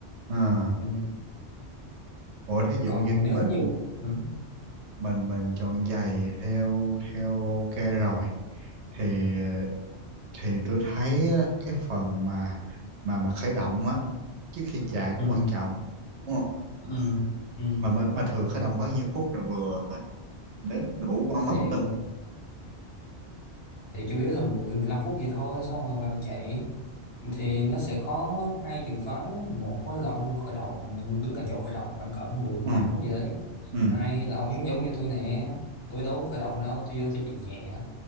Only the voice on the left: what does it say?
ừ.
còn
nếu
như ừ.
Ừ.
Ừ. Ừ.
thì
thì chủ yếu là mười mười lăm phút gì thôi xong rồi vào chạy thì nó sẽ có hai trường phái một á là ông khởi động đứng tại chỗ khởi động khoảng cỡ mười mười
lăm phút gì đấy
hai là ông giống giống như tôi nè tôi đâu có khởi động đâu tôi vô tôi chạy nhẹ